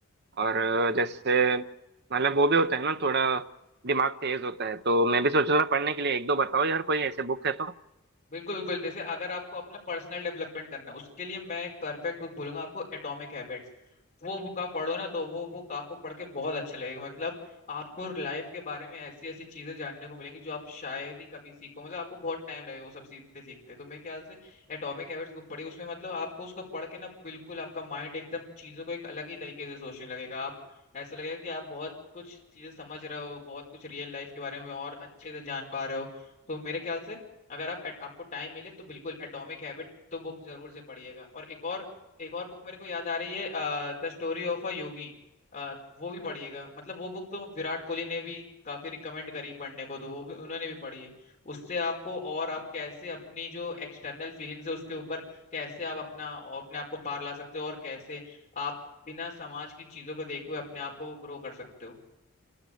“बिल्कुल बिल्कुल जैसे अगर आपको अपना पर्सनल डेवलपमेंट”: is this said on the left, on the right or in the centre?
Left